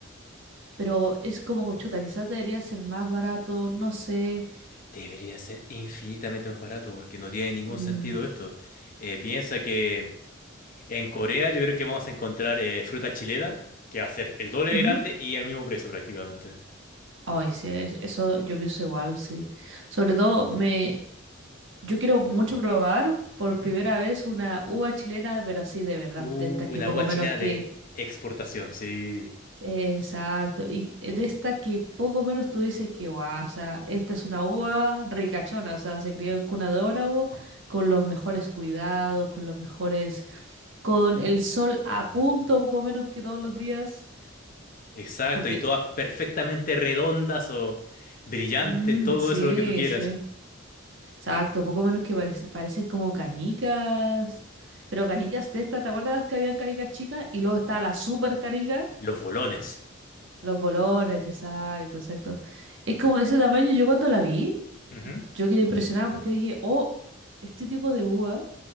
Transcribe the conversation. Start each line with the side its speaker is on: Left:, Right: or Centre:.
Right: pero es como, chuta, quizás debería ser más barato, no sé.
Left: Debería ser infinitamente más barato porque no tiene ningún
Right: Mm,
Left: sentido esto. Eh, piensa que en Corea yo creo que vamos a encontrar eh, fruta chilena que va a ser el doble
Right: ujú.
Left: de grande y al mismo precio prácticamente.
Right: Ay, sí, es- eso yo pienso igual, sí. Sobre todo, me, yo quiero mucho probar por
Left: Ujú.
Right: primera vez una uva chilena, pero así de verdad,
Left: Uh,
Right: de esta que
Left: una
Right: poco
Left: uva
Right: menos
Left: chilena
Right: que...
Left: de exportación, sí.
Right: eh, Exacto, y de esta que poco menos tú dices que, guau, o sea, esta es una uva ricachona, o sea, se crió en cuna de oro, con los mejores cuidados, con los mejores, con el sol a punto, poco menos que todos los días.
Left: Exacto,
Right: Porque,
Left: y todas perfectamente redondas o brillantes,
Right: mm,
Left: todo
Right: sí,
Left: eso lo que tú quieras.
Right: sí. Exacto, poco menos que parece- parecen como canicas. Pero canicas de estas, ¿te acuerdas que habían canicas chicas? Y luego está la super canica,
Left: Los bolones.
Right: los bolones, exacto, exacto. Es como de ese tamaño. Yo cuando la vi,
Left: Ujú.
Right: yo quedé impresionada porque dije, oh, este tipo de uva